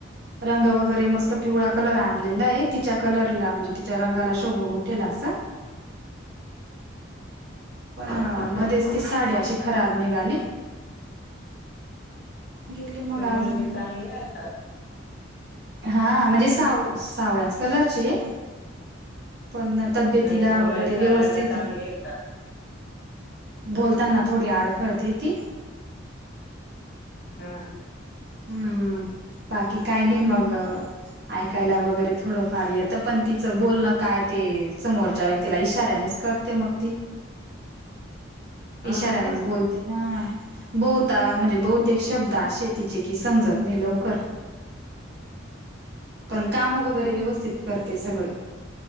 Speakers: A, on the right; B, on the left.
A: रंग वगैरे मस्त पिवळा कलर आणलेला आहे, तिच्या कलरला म्हणजे तिच्या रंगाला शोभून उठेल असा पण मध्येच ती साडी अशी खराब निघाली गेले मग
B: ती मुलगी
A: अजून
B: चांगली आहे का?
A: हा म्हणजे साव सावळ्याच कलरचीये पन् तब्येतीला
B: नाही बोलाय
A: वगैरे
B: चालायला
A: व्यवस्थित
B: चांगली
A: ये
B: आहे का?
A: बोलतांना थोडी आडखळते ती
B: हम्म
A: हम्म बाकी काय बी मग ऐकायला वगैरे थोडंफार येतं, पण तिचं बोलणं काय ते समोरच्या व्यक्तीला इशाऱ्यानेच कर ते मग ती
B: हा
A: इशाऱ्यानेच बोलते ना बहुता म्हणजे बहुतेक शब्द अशे तिचे की समजत नाही लवकर
B: <inaudible>
A: पण काम वगैरे व्यवस्थित करते सगळे